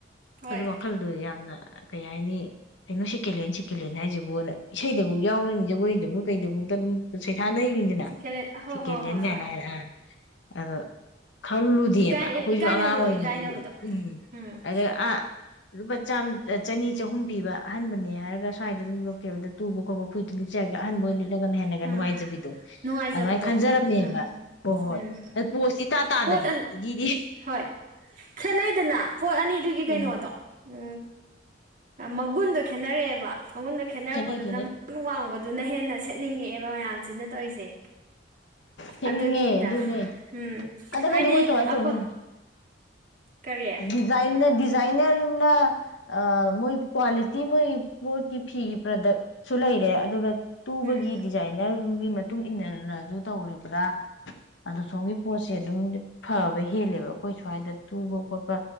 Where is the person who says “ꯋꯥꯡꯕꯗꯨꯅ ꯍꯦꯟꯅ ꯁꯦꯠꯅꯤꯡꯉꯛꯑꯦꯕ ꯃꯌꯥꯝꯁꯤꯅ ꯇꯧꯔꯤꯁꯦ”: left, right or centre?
Right